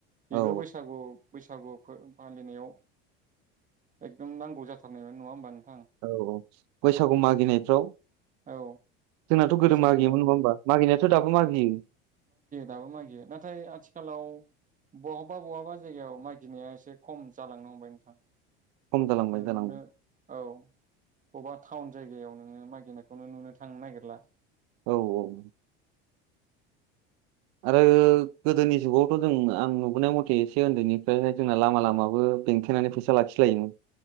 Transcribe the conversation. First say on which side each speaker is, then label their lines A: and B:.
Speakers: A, on the right; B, on the right.
A: बेबो
B: औ
A: बैसागुआव बैसागु फालिनायाव एकदम नांगौ जाथारनायमोन नङा होमबानो
B: औ औ बैसागु मागिनायफ्राव
A: औ
B: जोंनाथ' गोदो
A: बैसागु
B: मागियोमोन
A: मागियो
B: नङा होमबा मागिनायाथ' दाबो मागियो
A: दाबो मागियो नाथाय आथिखालाव बहाबा बहाबा जायगायाव मागिनाया एसे खम जालांनो हमबाय नोंथां
B: खम जालांबाय जालांबाय
A: नुनो औ बबेबा टाउन जायगायाव नोङो मागिनायखौनो नुनो थांनो नागिरला
B: औ औ आरो गोदोनि जुगावथ' जों आं नुबोनाय मथे एसे उन्दैनिफ्रायाय जोंना लामा लामाबो बेंथेनानै फैसा लाखिलायोमोन